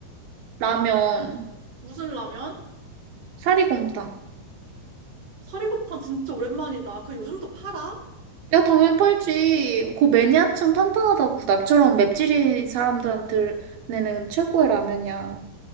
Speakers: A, on the right; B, on the right.
A: 라면,
B: 무슨 라면?
A: 사리곰탕.
B: 사리곰탕 진짜 오랜만이다. 그 요즘도 팔아?
A: 야, 당연히 팔지. 그 매니아층 탄탄하다고. 나처럼 맵찔이 사람들한테는 최고의 라면이야.